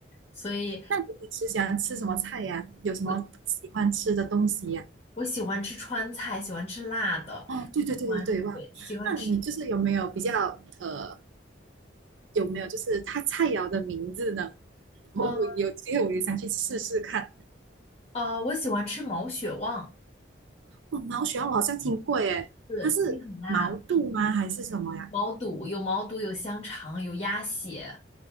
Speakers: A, on the left; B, on the right.
A: 所以
B: 那你平时喜欢吃什么菜呀？有什么喜欢吃的东西呀？
A: 我我喜欢吃川菜，喜欢吃辣的，
B: 哦，对对对对对，
A: 喜欢对，
B: 忘了。
A: 喜欢吃。
B: 那你就是有没有比较呃，有没有就是它菜肴的名字呢？我我有机会我也想去试试看。
A: 嗯，呃，我喜欢吃毛血旺，
B: 哦，毛血旺我好像听过耶，
A: 对，
B: 它是毛肚吗？
A: 就是很辣，
B: 还是什么呀？
A: 毛肚有毛肚，有香肠，有鸭血。